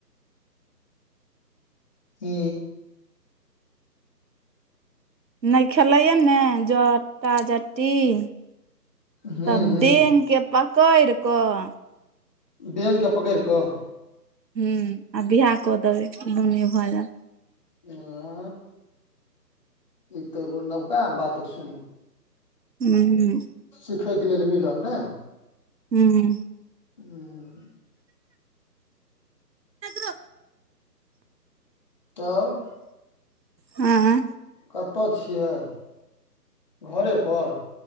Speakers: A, on the left (about 25°); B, on the right (about 80°).
A: हू।
B: नहि खेलैए ने जटा जटिन।
A: हूँ
B: तब
A: हूँ
B: बेंग के पकड़ कऽ।
A: बेंग के पकड़ि कऽ।
B: हूं आ बिवाह कऽ देबै दुनी भऽ जायत।
A: ह। ई तऽ एगो नबका बात सुनू।
B: हूॅं।
A: सिखयके लेल मिलल ने।
B: हूॅं।
A: हूॅं।
B: त।
A: तऽब।
B: हँ।
A: कतऽ छियै घरेपर।